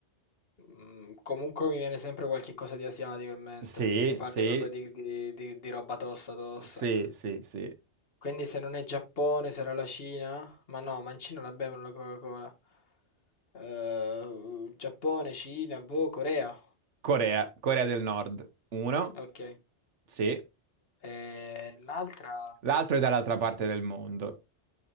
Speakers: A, on the left (about 55°); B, on the right (about 80°).
A: Mm, comunque mi viene sempre qualche cosa di asiatico in mente,
B: Sì,
A: se parli
B: sì,
A: proprio di, di- di- di roba tosta tosta.
B: sì, sì, sì.
A: Quindi se non è Giappone, sarà la Cina? Ma no, ma in Cina la bevono la Coca-Cola. Eh, Giappone, Cina, boh, Corea.
B: Corea, Corea del Nord, uno,
A: Ok.
B: sì.
A: Ehm, l'altra
B: L'altro è dall'altra parte del mondo.